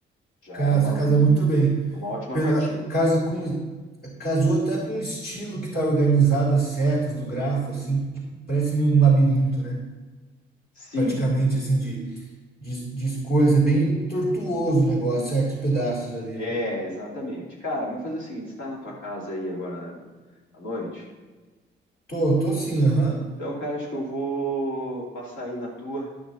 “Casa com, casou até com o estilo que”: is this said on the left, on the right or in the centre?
Left